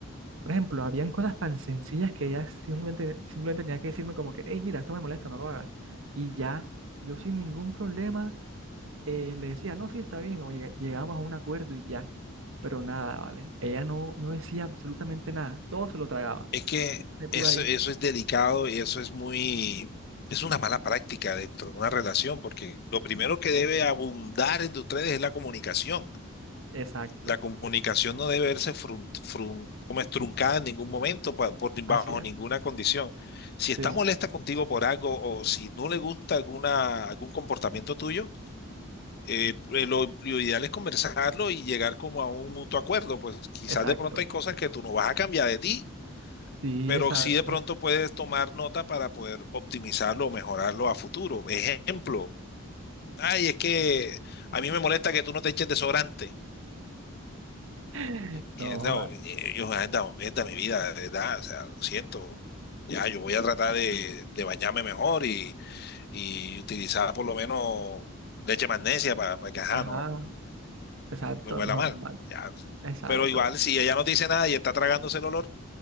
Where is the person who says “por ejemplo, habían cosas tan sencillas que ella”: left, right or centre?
Right